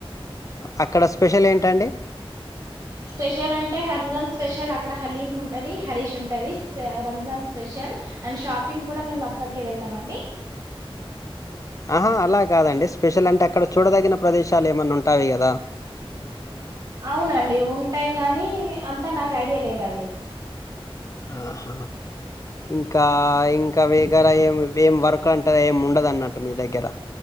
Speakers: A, on the left; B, on the right.
A: అక్కడ స్పెషల్ ఏంటండి
B: స్పెషల్ అంటే రంజాన్ స్పెషల్ అక్కడ హలీం ఉంటది హరీష్ ఉంటది Ramzan special and shop pink కూడ మేము అక్కడికే వెళ్తామండి
A: ఆహా అలా కాదండి స్పెషల్ అంటే అక్కడ చూడదగిన ప్రదేశాలు ఏమన్నా ఉంటాయి కదా
B: అవునండి ఉంటాయి కాగానీ అంతా నాకు ఐడియా లేదండి
A: ఆహా ఇంకా ఇంకా వగర ఏం ఏం వర్క్లు అంటారు ఏం ఉండదు అన్నట్టు మీ దగ్గర